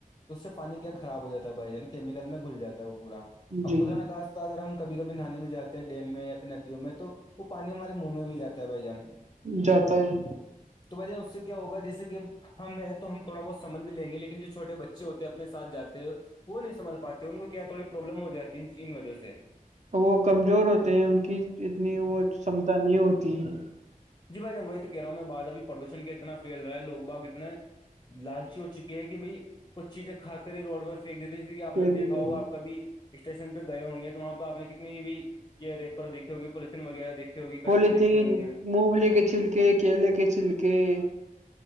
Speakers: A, on the left; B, on the right.
A: اس سے پانی کیا خراب ہو جاتا ہے بھائی جان کیمیکل میں گھل جات ہے وہ پورا اب
B: جی
A: خدا نہ کہا تو اگر ہم کبھی کبھی نہے بھیاتے ہیں ڈیم میں یا ندیوں میں تو وہ پانی ہمارے منہ میں بھی جاتا ہے بھائی جان
B: جاتا ہی
A: تو وجہ اس سے کیا ہوگا جیسے کہ <unintelligible> ہم ہیں تو ہم تھوڑا بہت سمھ بھی لیں گے لیکن جو چھوٹے بچے ہوتے ہیں اپنے سھ جاتے وہ نہیں سمجھ پاتے ان کو کیا تھوڑی پروابلم ہو جاتی ان وجہ سے
B: وہ کمزور ہوتے ہیں ان کی اتنی وہ چمتا نہیں ہوتی ہے
A: جی بھائی ج وہی تو کہہ رہا ہوں میں بات ابھی پردوشن کا اتنا فھیل رہا ہے لوگ باغ اتنے <unintelligible> لالچی ہو چکی ہے کہ بائی کچھ چیزیں کھا کبھی روڈ پر پھییک دیتے جسے آ نے
B: دیکھ
A: دیکھا
B: دیتے
A: ہوگاپ
B: ہیں۔
A: کبھی اسٹیشن پہ گئے ہوں گے تو وہاں پہ آپ نے کت بھی یہ ریپر دیکھی ہوگی پولیتن وغیرہ دیکھی ہوگی کچرے
B: پلی
A: دیکھے
B: تین
A: ہوں گے
B: مگلی کے چھلکے کیلے کے چھلکے <unintelligible>